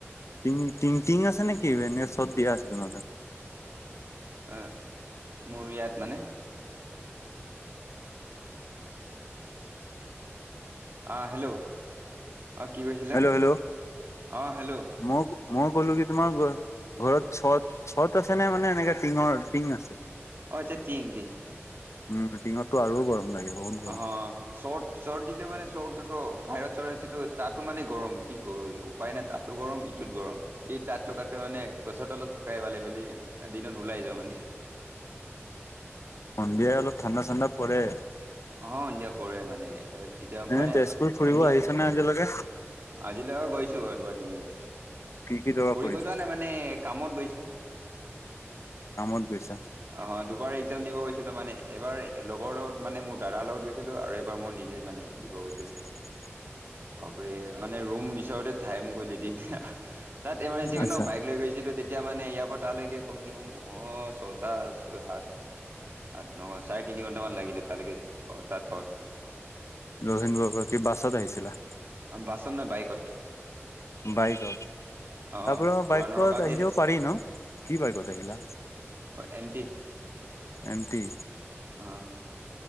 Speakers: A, on the left (about 80°); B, on the right (about 50°).
A: টিং টিং টিং আছে নেকি? কি চৰ্ দিয়া আছিল ম।
B: আহ মোৰ ইয়াত মানে। আহ হেল্ল'। অ কি কৈছিলে
A: হেল্ল' হেল্ল'
B: অ হেল্ল'
A: মই মই ক'লো কি তোমাক। ঘৰত চত। চত আছে নে মানে এনেকে টিঙৰ টিং আছে
B: অ আচ্ছা টিং টিং
A: উম-। দিনতো আৰু গৰম লাগে। বহুত গৰম
B: অ চৰ্ট চৰ্ট দিলে মানে চৰটোতো বাহিৰত চৰ আছেটো তাতো মানে গৰম। কি কৰ উপায় নাই তাতো গৰম ইটোত গৰম এই তাঁতো টকাতকৈ মানে গছৰ তলত থকাই পালে বুলি। দিনত ওলাই যাোৱা মানে।
A: সন্ধিয়া অলপ ঠাণ্ডা ঠাণ্ডা পৰে।
B: অ সন্ধিয়া পৰে মানে যেতিয়া
A: এনে
B: মানে
A: তেজপুৰ ফুৰিব
B: সন্ধিয়া
A: আহিছ নে আজিলৈকে?
B: আজিলৈকে গৈছো বাৰ দুবাৰ তিনিবাৰ,
A: কি কি জেগা
B: ফুৰিব
A: ফুৰিছা?
B: যোৱা নাই মানে কামত গৈছো
A: কামত গৈছা?
B: অ দুবাৰ। দিব গৈছিলোঁ মানে এইবাৰ লগৰ লগত মানে মোৰ দাদাৰ লগত গৈছিলোঁ আৰু এইবাৰ মই নিজেই মানে দিব গৈছিলোঁ।
A: <unintelligible>
B: হয়। মানে ৰুম বিচৰতে ঠাইম গ'ল এদিন তাত এমাৰ্জেঞ্চিৈ ন
A: আচ্ছা
B: বাইক লৈ গৈছিলোতিয়া। এতিয়া মানে ইয়াৰ পৰা তালৈকে কমচ কম অ ছটা ছয় সাত। নহয় চাৰে তিনি ঘন্টামান লাগিলে তালৈকে তাত পাওঁতে।
A: লহীন বগৰ কি বাছত আহিছিলা।
B: বাছত নাই বাইকত।
A: বাইকত
B: অ
A: তাৰপ
B: পুৰা
A: বাইকত
B: নৰকাকে
A: আহি যাব পাৰি ন কি বাইকত আহিলা।
B: অ এমতি।
A: এমটি।
B: অ